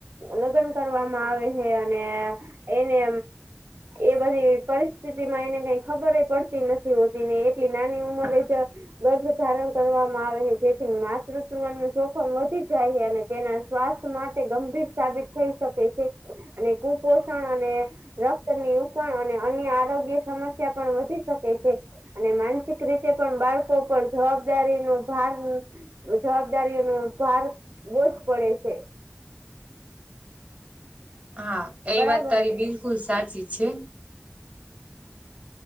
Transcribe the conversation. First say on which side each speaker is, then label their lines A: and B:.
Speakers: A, on the right; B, on the right.
A: લગ્ન કરવામાં આવે છે અને એને એ બધી પરિસ્થિતિ માં એને કઈ ખબર પડતી નથી હોતી ને એટલી નાની ઉંમરે જ ગર્ભ ધારણ કરવામાં આવે જેથી માતૃતવ નું જોખમ વધી જાય અને તેના સ્વાસ્થ માટે ગંભીર સાબિત થઈ શકે છે અને કુપોષણ અને રક્તની ઉપણ અને અન્ય આરોગ્ય સમસ્યા પણ વધી શકે છે અને માનસિક રીતે પણ બાળકો પર જવાબદારી નો ભાર જવાબદારીઓનો ભાર બોજ પડે છે
B: હા એ
A: બરાબર
B: વાત તારી
A: ને
B: બિલકુલ સાચી છે